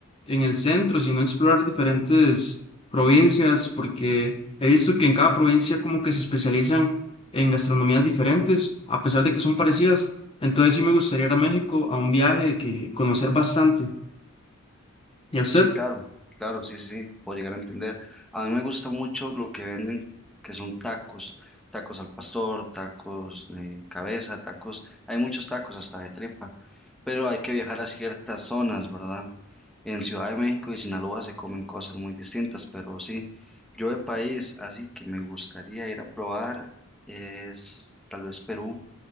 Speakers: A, on the left; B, in the centre.
A: en el centro, sino explorar diferentes provincias, porque he visto que en cada provincia como que se especializan en gastronomías diferentes, a pesar de que son parecidas. Entonces sí me gustaría ir a México a un viaje que conocer bastante. ¿Y a usted?
B: Sí, claro, claro, sí, sí, sí, puedo llegar a entender. A mí me gusta mucho lo que venden, que son tacos, tacos al pastor, tacos de cabeza, tacos, hay muchos tacos hasta de tripa, pero hay que viajar a ciertas zonas, ¿verdad? En Ciudad de México y Sinaloa se comen cosas muy distintas, pero sí, yo de país, así que me gustaría ir a probar es tal vez Perú